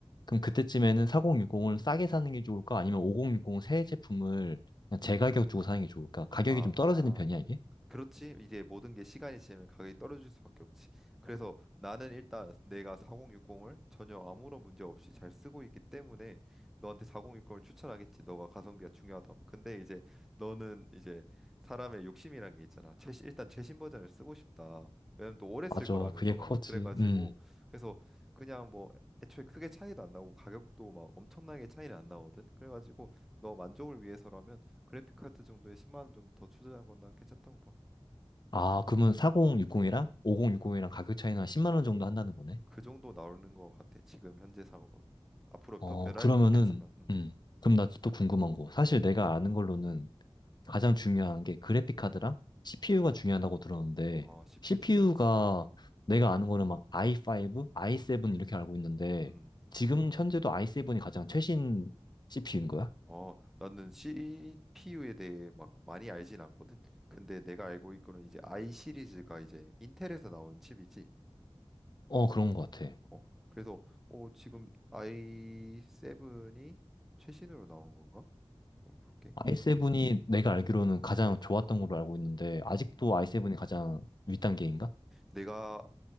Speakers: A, on the left; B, in the centre.
A: 그럼 그때쯤에는 4060을 싸게 사는 게 좋을까? 아니면 5060 새 제품을 그냥 제가격 주고 사는 게 좋을까? 가격이
B: 아,
A: 좀 떨어지는 편이야, 이게?
B: 그렇지. 이제 모든 게 시간이 지나면 가격이 떨어질 수밖에 없지. 그래서 나는 일단 내가 4060을 전혀 아무런 문제 없이 잘 쓰고 있기 때문에 너한테 4060을 추천하겠지. 너가 가성비가 중요하다면. 근데 이제 너는 이제 사람의 욕심이란 게 있잖아. 최신, 일단 최신 버전을 쓰고 싶다. 왜냐면 또 오래 쓸
A: 맞아,
B: 거라며
A: 그게
B: 너가
A: 커지.
B: 그래가지고
A: 음.
B: 그래서 그냥 뭐 애초에 크게 차이도 안 나고 가격도 막 엄청나게 차이는 안 나거든 그래가지고 너 만족을 위해서라면 그래픽 카드 정도에 10만 원 정도 더 투자한 건 난 괜찮다고 봐.
A: 아, 그러면 4060이랑 5060이랑 가격 차이는 한 10만 원 정도 한다는 거네?
B: 그 정도 나오는 것 같아. 지금 현재상으로. 앞으로 더
A: 어,
B: 변할
A: 그러면은,
B: 수 있겠지만. 음.
A: 음. 그럼 나 또 궁금한 거. 사실
B: 음.
A: 내가 아는 걸로는 가장 중요한 게 그래픽 카드랑 CPU가 중요하다고 들었는데,
B: 아, CPU
A: CPU가
B: 중요하지.
A: 내가 아는 거는 막 i5, i7 이렇게 알고 있는데,
B: 음. 음.
A: 지금 현재도 i7이 가장 최신 CPU인 거야?
B: 어, 나는 CPU에 대해 막 많이 알진 않거든. 근데 내가 알고 있고는 이제 i 시리즈가 이제 인텔에서 나온 칩이지.
A: 어, 그런 것 같아.
B: 어. 그래서 어, 지금 i7이 최신으로 나온 건가? 한번 볼게.
A: i7이 내가
B: 음.
A: 알기로는 가장 좋았던 걸로 알고 있는데, 아직도
B: 음.
A: i7이 가장 윗단계인가?
B: 내가